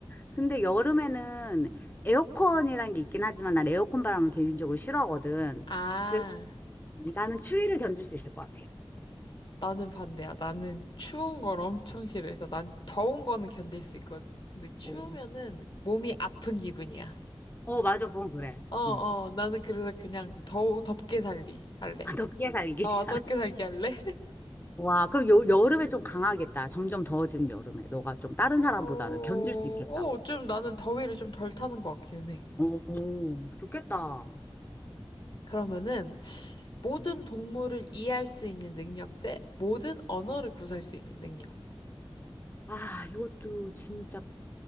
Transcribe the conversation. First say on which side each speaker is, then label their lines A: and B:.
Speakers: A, on the left; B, on the left.
A: 근데 여름에는 에어컨이란 게 있긴 하지만 난 에어컨 바람을 개인적으로 싫어하거든.
B: 아.
A: 그래서 나는 추위를 견딜 수 있을 것 같아.
B: 나는 반대야. 나는 추운 걸 엄청 싫어해서 난 더운 거는 견딜 수 있거든. 근데 추우면은
A: 오.
B: 몸이 아픈 기분이야.
A: 어, 맞아. 그건 그래.
B: 어, 어,
A: 음.
B: 나는 그래서 그냥 더 덥게 살리, 할래.
A: 아, 덥게 살기.
B: 어, 덥게
A: <laughs>
B: 살기 할래?
A: 와, 그럼 여, 여름에 좀 강하겠다. 점점 더워지는 여름에. 너가 좀 다른 사람보다는
B: 어,
A: 견딜 수 있겠다.
B: 어, 좀 나는 더위를 좀 덜 타는 것 같기는 해.
A: 오, 오, 좋겠다.
B: 그러면은 모든
A: 음.
B: 동물을 이해할 수 있는 능력 대 모든 언어를 구사할 수 있는 능력.
A: 아, 이것도 진짜